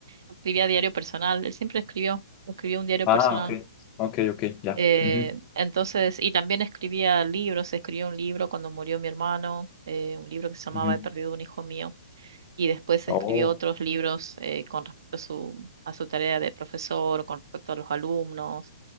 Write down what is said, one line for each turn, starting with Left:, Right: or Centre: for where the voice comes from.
Right: escribía diario personal, él siempre escribió, escribió un diario
Left: Ah,
Right: personal.
Left: ok, ok, ok, ya.
Right: Eh,
Left: Ujú,
Right: entonces, y también escribía libros, escribió un libro cuando murió mi hermano, eh, un libro que se llamaba
Left: ujú.
Right: He perdido un hijo mío y después
Left: Oh,
Right: escribió otros libros eh, con respecto a su, a su tarea de profesor, con respecto a los alumnos